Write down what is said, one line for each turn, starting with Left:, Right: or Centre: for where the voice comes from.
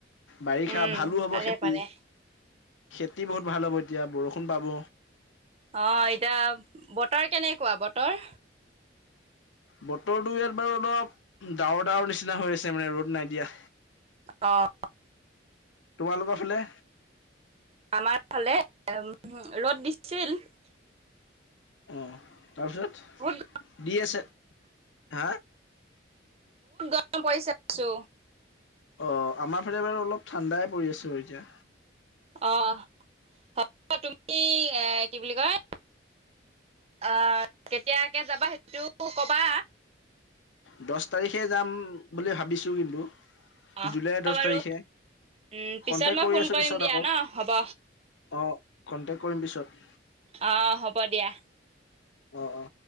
Left: বাৰিষা
Right: উম,
Left: ভালো হব
Right: পাৰে
Left: খেতি
Right: পাৰে
Left: খেতি বহুত ভাল হ'ব এতিয়া বৰষুণ পাব
Right: অ এতিয়া বতৰ কেনেকুৱা বতৰ
Left: বতৰটো ইয়াত বাৰু অলপ ডাৱৰ ডাৱৰ নিচিনা হৈ আছে মানে ৰ'দ নাই দিয়া
Right: অ
Left: তোমালোকৰ ফালে
Right: আমাৰ ফালে উ ৰ'দ দিছিল
Left: উম তাৰপিছত
Right: বহুত
Left: দি আছে হা
Right: <unintelligible>
Left: অ আমাৰ ফালে বাৰু অলপ ঠাণ্ডাই পৰি আছে এতিয়া
Right: অ হব তুমি এ কি বুলি কয় অ' কেতিয়াকে যাবা সেইটো কবা।
Left: দহ তাৰিখে যাম বুলি ভাবিছো কিন্তু
Right: অ
Left: জুলাইৰ
Right: হ'ব
Left: দহ
Right: বাৰু
Left: তাৰিখে।
Right: উম পিছত
Left: কন্টেক্ট
Right: মই
Left: কৰি
Right: ফোন
Left: আছো
Right: কৰিম
Left: পিছত
Right: দিয়া
Left: আকৌ
Right: ন হ'ব।
Left: অ কন্টেক্ট কৰিম পিছত।
Right: অ হ'ব দিয়া
Left: অ' অ